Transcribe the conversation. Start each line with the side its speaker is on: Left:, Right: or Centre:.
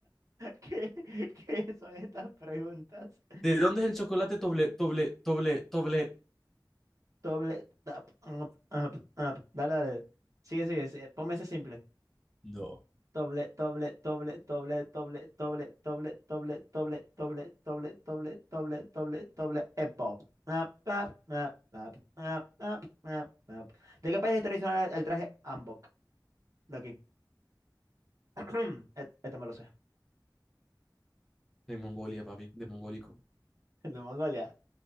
Right: ¿Qué, qué son estas preguntas?
Centre: ¿De dónde es el chocolate doble, doble, doble, doble?
Right: Doble, tap, up, up, up. Dale, dale. Sigue, sigue, sigue. Ponme ese simple.
Centre: No.
Right: Doble, doble, doble, doble, doble, doble, doble, doble, doble, doble, doble, doble, doble, doble, doble, eh, pop. Up, up, up, up, up, up, up, up. ¿De qué país es tradicional el traje Ambok? De aquí. <clears throat> Et- Este, me lo sé.
Centre: De Mongolia, papi, de mongólico.
Right: El de Mongolia.